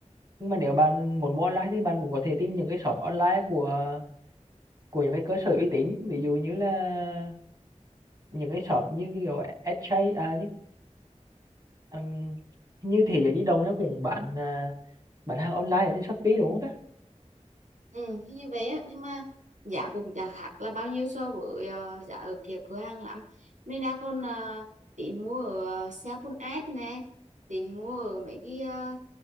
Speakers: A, on the right; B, on the right.
A: nhưng
B: Ừ.
A: mà nếu bạn muốn mua online thì bạn cũng có thể tìm những cái shop online của của những cái cơ sở uy tín ví dụ như là những cái shop như kiểu SJ à, Ừm, Hình như thế giới di động nó cũng bán à, bán hàng online ở trên Shopee đúng không ta?
B: Ừ, thì như vậy á, nhưng mà giá cũng chả khác là bao nhiêu so với ờ, giá ở kia cửa hàng lắm. Mình đang còn uh, tính mua ở uh, Sephora app nè, tính mua ở mấy cái, ờ,